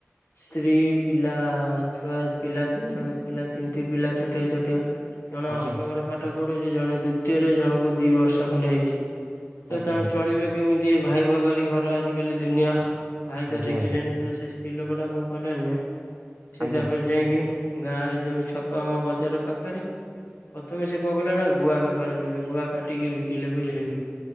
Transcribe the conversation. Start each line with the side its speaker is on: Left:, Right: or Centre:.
Left: ସ୍ତ୍ରୀ ପିଲା ଛୁଆ ପିଲା ତିନି ପିଲା ତିନିଟି ପିଲା ଛୋଟିଆ ଛୋଟିଆ ଜଣେ
Right: ଆଜ୍ଞା
Left: ଅଷ୍ଟମରେ ପାଠ ପଢୁଛି ଜଣେ ଦ୍ଵିତୀୟରେ ଜଣଙ୍କୁ ଦି ବର୍ଷ ଖଣ୍ଡେ ହେଇଛି। ତ
Right: ଆଜ୍ଞ
Left: ତମେ
Right: ଆା
Left: ଚଳିବେ କେମିତି ଭାଇ ଭଗାଡି ଘର ଆଜିକାଲି ଦୁନିଆ ଭାଇ ତ
Right: ଆଜ୍ଞା
Left: ଦେଖିଲେଣି ତ ସେ ସ୍ତ୍ରୀ ଲୋକ ଟା କଣ କଲାଣି ନା ସେ
Right: ଆଜ୍ଞା
Left: ତାପରେ ଯାଇକି ଗାଁ ରେ ଯୋଉ ଛକ ଆମ ବଜାର ପାଖରେ ପ୍ରଥମେ ସେ କଣ କଲେ ନା ଗୁଆ ବେପାର କଲେ। ଗୁଆ କାଟିକି ବିକିଲେ ବୁଝିଲେ କି?